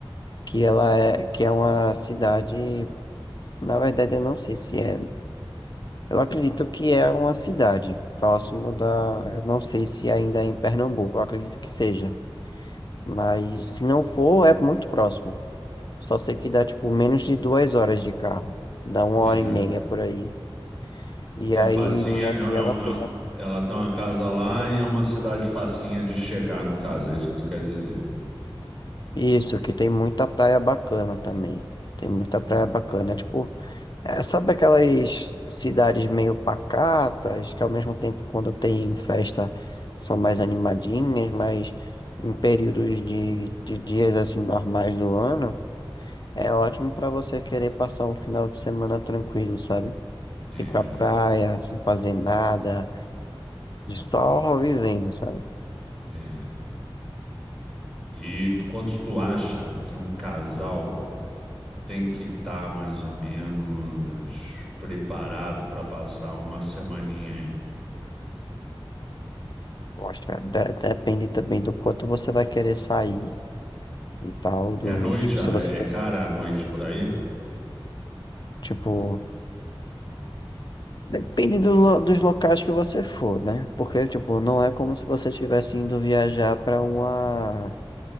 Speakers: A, on the left; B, in the centre.
A: que ela é, que é uma cidade, na verdade eu não sei se é, eu acredito que é uma cidade próximo da, eu não sei se ainda é em Pernambuco, eu acredito que seja, mas se não for, é muito próximo. Só sei que dá, tipo, menos de duas horas de carro, dá uma
B: entendi.
A: hora e meia por aí. E
B: Que
A: aí
B: a facinha,
A: minha
B: é,
A: tia,
B: é um-
A: ela
B: é
A: tem
B: um- ela tem uma casa lá e é uma cidade facinha de chegar, no caso, é isso que tu quer dizer.
A: Isso, que tem muita praia bacana também. Tem muita praia bacana. Tipo, é, sabe aquelas cidades meio pacatas, que ao mesmo tempo, quando tem festa, são mais animadinhas, mas em períodos de, de dias assim normais do ano, é ótimo pra você querer passar um final de semana tranquilo, sabe?
B: Entendi,
A: Ir pra praia, sem fazer nada, só vivendo, sabe?
B: entendi. E tu- quanto tu acha que um casal tem que estar mais ou menos preparado para passar uma semaninha aí?
A: Eu acho que de- depende também do quanto você vai querer sair e tal, do,
B: É à noite?
A: tipo,
B: Ah,
A: se você,
B: É,
A: cons-
B: é cara à noite por aí?
A: tipo, depende do lo- dos locais que você for, né? Porque, tipo, não é como se você estivesse indo viajar para uma,